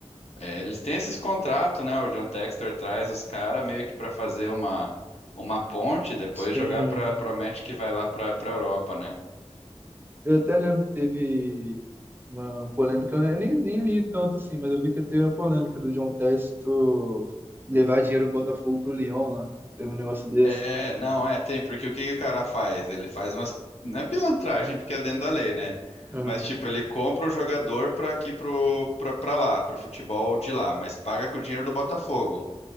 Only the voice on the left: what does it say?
é, eles têm esses contratos, né? O John Textor traz os caras meio que pra fazer uma, uma ponte, depois
jogar pra, promete que vai lá pra, pra Europa, né?
É, não, é, tem, porque o que que o cara faz? Ele faz umas, não é pilantragem, porque é dentro da lei, né?
Mas, tipo, ele compra o jogador pra aqui pro, pra, pra lá, pro futebol de lá, mas paga com o dinheiro do Botafogo.